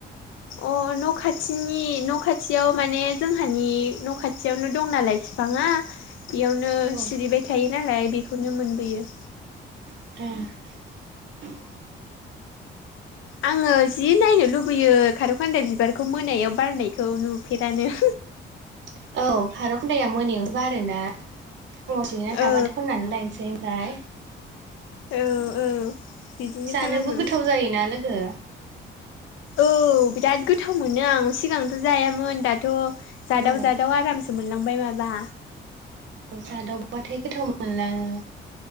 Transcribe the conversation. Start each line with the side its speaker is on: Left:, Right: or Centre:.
Left: अ न' खाथिनि न' खाथियाव माने जोंहानि न' खाथियावनो दं नालाय बिफाङा बेयावनो
Right: औ
Left: सिरिबाय थायो नालाय बेखौनो मोनबोयो
Right: ए
Left: आङो जि नायनो लुबैयो खारौखान्दा बिबारखौ मोनायाव बारनायखौ नुफेरानो
Right: <inaudible> औ खारखान्दाया मोनायावहोबा आरोना फुङाव सोना थाबाथ
Left: औ
Right: खननानै लायनोसै ए
Left: औ औ बिदिनो
Right: जानोबो
Left: खालामो
Right: गोथाव जायोना लोगो
Left: औ बिराद गोथाव मोनो आं सिगांथ जायामोन दाथ जादाव
Right: ओं
Left: जादाव आरामसो मोनलांबाय माबा
Right: जादावबाथाय गोथाव मोनलाङो